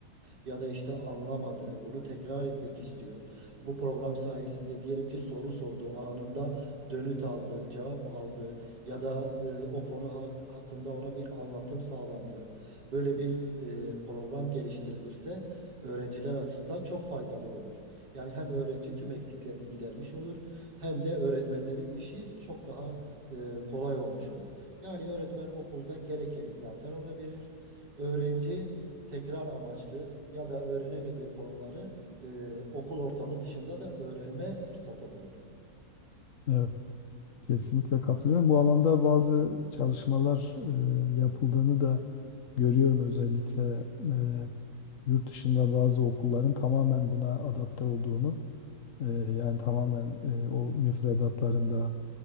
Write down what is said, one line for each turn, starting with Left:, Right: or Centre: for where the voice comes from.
Right: e, ya da işte anlamadı, bunu tekrar etmek istiyor. Bu program sayesinde diyelim ki soru sordu, anında dönüt aldı, cevap aldı ya da e, o konu ha- hakkında ona bir anlatım sağlandı. Böyle bir e, program geliştirilirse öğrenciler açısından çok faydalı olur. Yani hem öğrenci tüm eksiklerini gidermiş olur hem de öğretmenlerin işi çok daha e, kolay olmuş olur. Yani öğretmen okulda gerekeni zaten ona verir. Öğrenci tekrar amaçlı ya da öğrenemediği konuları e, okul ortamı dışında da öğrenme fırsatı bulur.
Left: Evet, kesinlikle katılıyorum. Bu alanda bazı çalışmalar e, yapıldığını da Görüyorum özellikle e, yurt dışında bazı okulların tamamen buna adapte olduğunu, e, yani tamamen e, o müfredatlarında